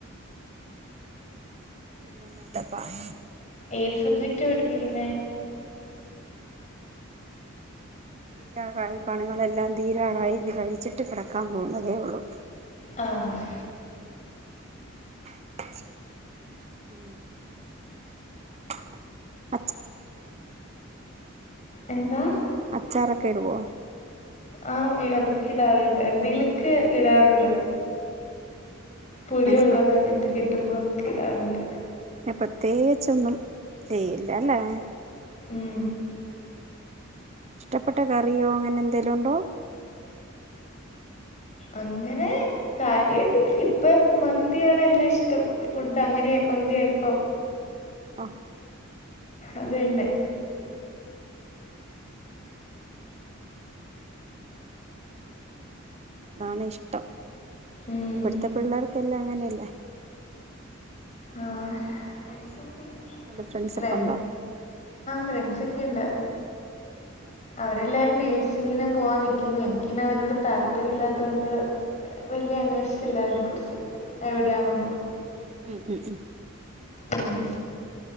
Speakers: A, on the right; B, on the left.
A: പിന്നെ എന്നാണ്ട് <unintelligible>
B: എത് സബ്ജക്റ്റാ പഠിപ്പിക്കുന്നെ?
A: തീരാറായി പണികളെല്ലാം തീരാറായി ഇത് കഴിച്ചിട്ട് കിടക്കാൻ പോകുന്നതേ ഉള്ളു.
B: ആഹ്
A: ഉം
B: എന്താ
A: അച്ചാറൊക്കെ ഇടുവോ
B: ആ അതൊക് ഇടാറുണ്ട് എന്തെലൊക്കെ ഇടാറുണ്ട് പുളി
A: അങ്ങനെ
B: ഒള്ളത്
A: പിന്നെ
B: അങ്ങനത്തെ കിട്ടുമ്പോ ക്കെ ഇടാറുണ്ട്
A: ഇട്ടപ്പത്ത് പ്രത്യേകിച്ചൊന്നും ചെയ്യില്ല അല്ലേ
B: ഉം
A: ഇഷ്ടപ്പെട്ട കറിയോ അങ്ങനെ എന്തെലും ഉണ്ടോ
B: അങ്ങനെ കാര്യായിട്ടൊന്നും ഇപ്പ മന്തിയാണ് എറ്റവും ഇഷ്ടം ഫുഡ് അങ്ങനെ മന്തി അൽഫാം
A: ആഹ്
B: അതന്നെ
A: ഉം ഉം അതാണ് ഇഷ്ടം
B: ഉം
A: ഇപ്പഴത്തെ പിള്ളേർക്ക് ഇപ്പെല്ലാം അങ്ങനെല്ലേ
B: ആഹ് ഫ്രണ്ട്സ് ഓകെആ
A: നല്ല ഫ്രണ്ട്സൊക്കെ ഉണ്ടോ
B: ഫ്രണ്ട്സ് യുണ്ട്
A: ഓക്കെ
B: അവരെല്ലാരും നേയ്സ്- ഇങ്ങനെ പോവാൻ നിൽക്കുന്നു എനിക്കന്നെ അതിനോട് താല്പര്യം ഇല്ലാത്തോണ്ട് വല്യ അന്വേഷിച്ചില്ല അയിനെ കുറിച്ച് എവിടെയാന്നൊന്നും
A: ഉം ഉം ഉം ഉം
B: ഉം